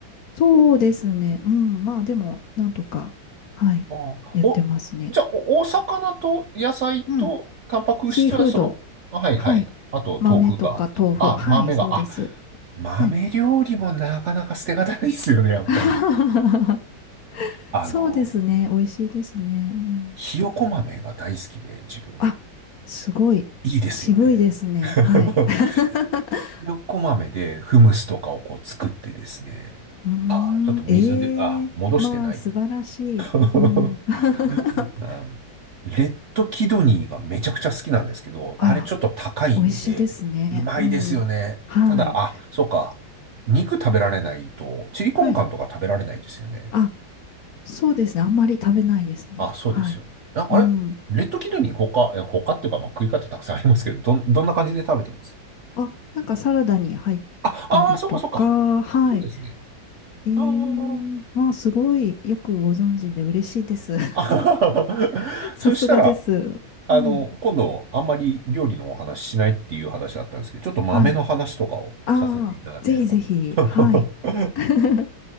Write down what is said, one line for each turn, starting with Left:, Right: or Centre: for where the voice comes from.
Left: そうですね。うん。まあ、でも、なんとか、はい、
Right: ああ、
Left: やってますね。
Right: お、じゃあ、お、お魚と野菜とタンパク質はその、
Left: うん。シーフード。
Right: あはいはい。
Left: はい。
Right: あと、
Left: 豆とか豆腐。
Right: 豆腐があって。あ、
Left: はい、
Right: 豆が、
Left: そうです。
Right: あ、豆料理もなかなか捨てがたいですよね、
Left: はい。
Right: やっぱり。
Left: <laughs>
Right: あの、
Left: そうですね。美味しいですね。うん
Right: ひよこ豆が大好きで、自分。
Left: あ、すごい。
Right: いいですよね。
Left: 渋いですね。
Right: <laughs>
Left: はい。<laughs>
Right: ひよこ豆でフムスとかをこう作ってですね。
Left: うー
Right: あー、ちょっと水で、
Left: ん、ええまあ、
Right: あ、戻してないよ。
Left: 素晴らしい。
Right: <laughs>
Left: うん。<laughs>
Right: あレッドキドニーがめちゃくちゃ好きなんですけど、
Left: あら、
Right: あれちょっと高いんで、
Left: 美味しいですね。
Right: うまいですよね。
Left: うん。はい。
Right: ただ、あ、そうか。肉食べられないと、チリコンカンとか食べられないですよね。
Left: はい。あ、そうですね。あんまり食べないですね。
Right: あ、そうですよね。
Left: はい。
Right: あ、
Left: うん。
Right: あれレッドキドニー他、え、他っていうか、まあ、食い方たくさんありますけど、どん、どんな感じで食べてます
Left: あ、なんかサラダに入ったりとか、
Right: あ、あーそっかそっか。
Left: はい。
Right: そうですね。
Left: ええ
Right: あー
Left: まあ、すごいよくご存知で嬉しいです。
Right: あ。<laughs>
Left: <laughs> さすがです。
Right: そしたら、あの、
Left: うん。
Right: 今度、あんまり料理のお話しないっていう話だったんですけど、ちょっと豆の話とかをさせていただければ。
Left: はい。ああ、ぜひぜひ、
Right: <laughs>
Left: はい。<laughs>